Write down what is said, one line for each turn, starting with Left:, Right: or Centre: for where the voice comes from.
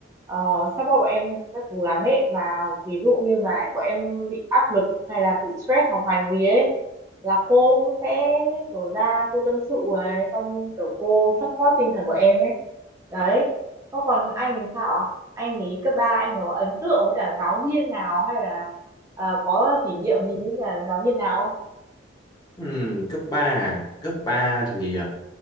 Right: ờ, support bọn em các thứ lắm ấy mà ví dụ như mà bọn em bị áp lực hay là bị stress học hành gì ấy là cô cũng sẽ kiểu ra cô tâm sự này xong kiểu cô support tinh thần bọn em ấy đấy có còn anh thì sao ạ anh thì cấp 3 anh có ấn tượng với cả giáo viên nào hay là ờ, có kỷ niệm gì với cả giáo viên nào
Left: Ừ, cấp 3, à? cấp 3 thì à,